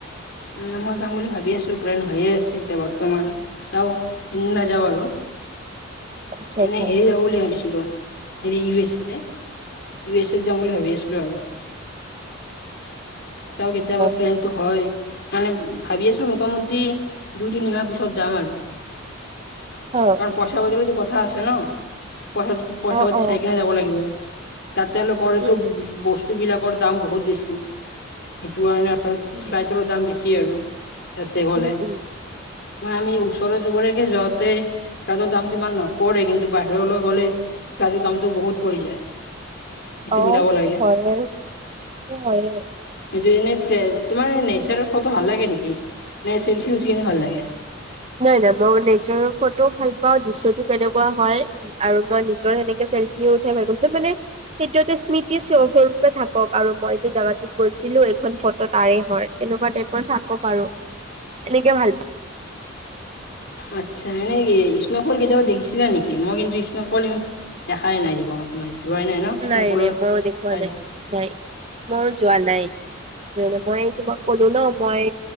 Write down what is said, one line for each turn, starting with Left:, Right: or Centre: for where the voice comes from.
Left: ন মই যাম বুলি ভাবি আছিলো। প্লন হৈয়ে আছে এতিয়া বৰ্তমান। যাও ইম নাযাওঁ আৰু। <unintelligible>
Right: আচ্ছা
Left: এনে
Right: আচ্ছা
Left: হেৰি যাব বুলি ভাবি হেৰি U S A U S এত যাম বুলি ভাবি আছিলো আৰু। চাওঁ কেতিয়া বা
Right: অ
Left: প্লেনতো হয়? মানে ভাবিআছিলো মোটামুটি দুই তিনিমাহ পিছত যাম আৰু।
Right: অ
Left: কাৰণ পইচা পাতিৰতো কথা আছে ন। পইচা পইচা
Right: অ
Left: পাতি
Right: অ
Left: চাইকেলে যাব লাগিব। তাতে লগৰেটো
Right: উম
Left: বস্তু বিলাকৰ দাম বহুত বেছি সেইটো কাৰণে, আৰু
Right: উম
Left: ফ্লাইটৰো দাম বেছি আৰু। তেতে
Right: উম
Left: গ'লে। ম আমি ওচৰ যুবৰেকে যাওঁতে ৰাৰ দামটো ইমান নপৰে কিন্তু বাহিৰলৈ গ'লে প্লাজু দামটো বহুত পৰি যায়। সেইটো
Right: অ সেইটোও
Left: মিলাব লাগে
Right: হয় আৰু সেইটো হয়ে।
Left: কি এনে? তোমাৰ নেচাৰৰ ফটো ভাল লাগে নেকি? নে চেল্ফি উঠি কিনে ভাল লাগে
Right: নাই নাই মই নেচাৰৰ ভাল পাওঁ দৃশ্যতটো কেনেকুৱা হয় আৰু মই নিজৰ সেনেকে চেল্ফিও উঠাই ভাল পা কিন্তু মানে সেইটোতে স্মৃতিয়ে স্বৰূপে থাকক আৰু মই এইটো জেগাটোত গৈছিলো এইখন ফটো তাৰে হয় তেনেকুৱ <unintelligible> থাক'ক আৰু।
Left: উ <inaudible>
Right: এনেকে ভাল পাওঁ
Left: আচ্ছা এনেই ইষ্ণফল কেটিবা দেখি ছিলা নেকি মই কিন্তু ইষ্ণফল ইমান দেখাই নাই জীৱনত মই। যোৱাই ন স্ন'ফলৰ
Right: নাই নাই মই দেখুৱা
Left: ঠাইত
Right: নাই নাই মই যোৱা নাই। মই তোমাক ক'লো ন মই